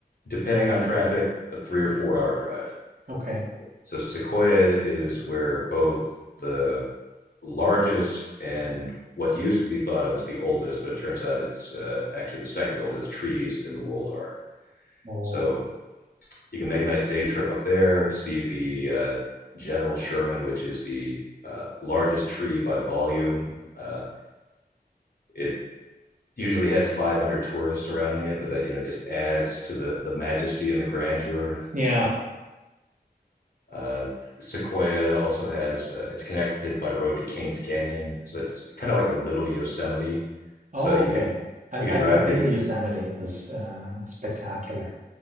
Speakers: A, on the left; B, on the right.
A: depending
B: Cool.
A: on traffic, a three or four hour drive.
B: Okay.
A: So Sequoia is where both the largest and what used to be thought of as the oldest, but it turns out it's uh, actually the second oldest trees in the world are.
B: Oh.
A: So you can make a nice day trip up there, see the uh, General Sherman, which is the uh, largest tree by volume. Uh, it usually has 500 tourists surrounding it, but that you know just adds to the the majesty and the grandeur
B: Yeah.
A: Uh, Sequoia also has uh, it's connected by road to Kings Canyon, so it's kind of like a little Yosemite.
B: Oh,
A: So you
B: okay.
A: could
B: I,
A: you could
B: I've
A: drive
B: I've been
A: to
B: to Yosemite. It was uh, spectacular.